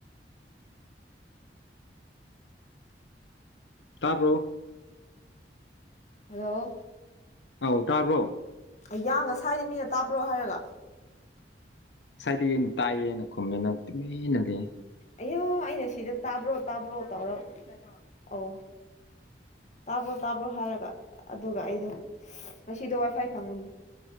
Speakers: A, on the left (about 85°); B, on the left (about 40°).
A: ꯇꯥꯕ꯭ꯔꯣ
B: ꯍꯜꯂꯣ
A: ꯑꯧ ꯇꯥꯕ꯭ꯔꯣ
B: ꯑꯌꯥ ꯉꯁꯥꯏꯗꯩ ꯃꯤꯅ ꯇꯥꯕ꯭ꯔꯣ ꯍꯥꯏꯔꯒ
A: ꯁꯥꯏꯗꯒꯤ ꯑꯩꯅ ꯇꯥꯏꯌꯦꯅ ꯈꯨꯝꯃꯦ ꯅꯪ ꯇꯨꯃꯦꯟꯅ ꯂꯩꯌꯦ
B: ꯑꯌꯥ ꯑꯩꯅ ꯁꯤꯗ ꯇꯥꯕ꯭ꯔꯣ ꯇꯥꯕ꯭ꯔꯣ ꯇꯧꯔ <unintelligible> ꯑꯣ ꯇꯥꯕ꯭ꯔꯣ ꯇꯥꯕ꯭ꯔꯣ ꯍꯥꯏꯔꯒ ꯑꯗꯨꯒ ꯑꯩꯗꯣ ꯉꯁꯤꯗꯣ ꯋꯥꯏ ꯐꯥꯏ ꯐꯪꯉꯝ